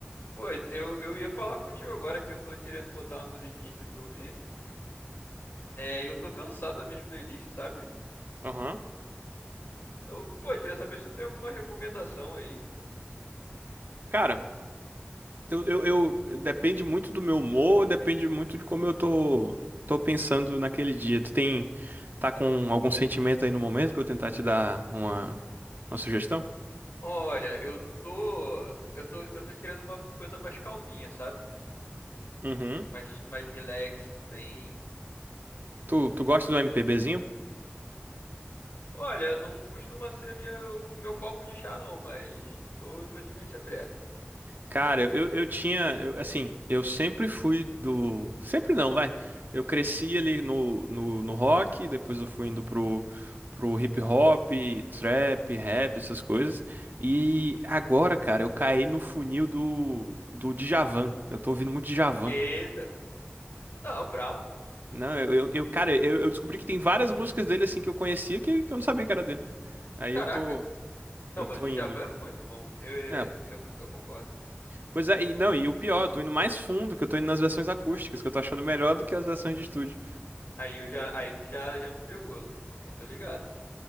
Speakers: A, on the left; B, on the right.
A: Pô, eu, eu ia falar contigo agora que eu tô querendo botar uma musiquinha aqui pra ouvir. É, e eu tô cansado das minhas playlists, sabe?
B: Aham.
A: Então, pô, eu queria saber se tu tem alguma recomendação aí.
B: Cara, eu, eu, eu- Depende muito do meu humor, depende muito de como eu tô, tô pensando naquele dia. Tu tem... Tá com algum sentimento aí no momento pra eu tentar te dar uma, uma sugestão?
A: Olha, eu tô, eu tô, eu tô querendo uma coisa mais calminha, sabe?
B: Uhum.
A: Mais, mais relax, bem.
B: Tu, tu gosta do MPBzinho?
A: Olha, não costuma ser minha, o meu copo de chá, não, mas tô, tô de mente aberta.
B: Cara, eu, eu tinha, eu- assim, eu sempre fui do. Sempre não, vai. Eu cresci ali no, no, no rock, depois eu fui indo pro, pro hip hop, trap, rap, essas coisas. E agora, cara, eu caí no funil do, do Djavan. Eu tô ouvindo muito Djavan.
A: Eita. Não, brabo.
B: Não, eu, eu, eu- cara, eu, eu descobri que tem várias músicas dele, assim, que eu conhecia que, que eu não sabia que era dele. Aí
A: Caraca.
B: eu tô,
A: Não,
B: eu
A: mas
B: tô
A: o Djavan
B: indo.
A: é muito bom. Eu,
B: É,
A: eu, eu concordo.
B: Pois é, e não, e o pior, eu tô indo mais fundo, que eu tô indo nas versões acústicas, que eu tô achando melhor do que as versões de estúdio.
A: Aí eu já, aí tu já, já me pegou, não, não não tô ligado.